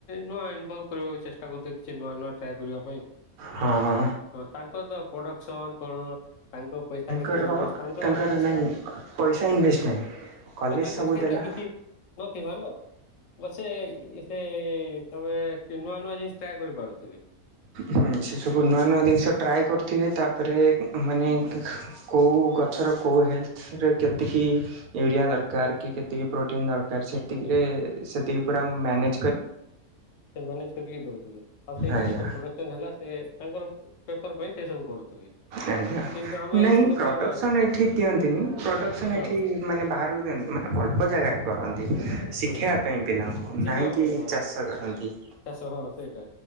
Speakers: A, on the left; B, on the right.
A: ନୂଆଇ ଇନ୍ଭୟ କରିବାକୁ ଚେଷ୍ଟା କରୁ କିଛି ନୂଆ ନୂଆ ଟ୍ରାଏ କରିବା ପାଇଁ।
B: ହଁ
A: ହଁ ତାଙ୍କର ତ ପ୍ରଡକ୍ସନ କଣ ତାଙ୍କ ପଇସା କେତେ?
B: ଙ୍କର
A: ଇନଭେଷ୍ଟ
B: ତାଙ୍କର
A: ତ
B: ନାହିଁ ପଇସା ଇନଭେଷ୍ଟ ନାହିଁ। କଲେଜ
A: ତ ତାଙ୍କର
B: ସବୁ
A: ସେଇଟା
B: ଦେଲା
A: କିଛି ନଥିବ ନ ବ ସେ ସେ ତମେ ନୂଆ ନୂଆ ଜିନିଷ ଟ୍ରାଏ କରିପାରୁଛ?
B: ହୁଁ ସେ ସବୁ ନୂଆ ନୂଆ ଜିନିଷ ଟ୍ରାଏ କରୁଥିବେ, ତାପରେ ମାନେ କେଉଁ ଗଛର କେଉଁ ହେଲ୍ଥରେ କେତିକି ୟୁରିଆ ଦରକାର କି, କି ପ୍ର ପ୍ରୋଟିନ ଦରକାର ସେତିକି
A: ପ୍ରୋଟିନ
B: ସେତିକେରେ ପୁରା ମନ
A: ସେମାନେ ସେଠିକି ଦଉଥିବେ ଆଉ ସେଇଠୁ
B: ଆଜ୍ଞା।
A: କେତେ ପ୍ରଡକ୍ସନ ହେଲା, ସେ ତାଙ୍କର ପେପର ପାଇଁ ସେ ସବୁ କରୁଥିବେ।
B: ଆଜ୍ଞା
A: କିନ୍ତୁ ଆମେ
B: ନାଇଁ
A: ଏଇଠି ଲୋକାଲ
B: ପ୍ରଡ଼କ୍ସନ୍ ଏଠି ଦିଅନ୍ତିନି ପ୍ରଡ଼କ୍ସନ୍
A: ହଁ
B: ଏଠି ମାନେ ବାହାରକୁ ମାନେ ଅଳ୍ପ ଜାଗାରେ କରନ୍ତି ଶିଖାଇବା
A: ହୁଁ
B: ପାଇଁ ପିଲାଙ୍କୁ
A: ଶିଖିବା
B: ନାହିଁକି
A: ପାଇଁ ବରଂ
B: ଚାଷ କରନ୍ତି।
A: ଚାଷ ହଁ ସେଇଟା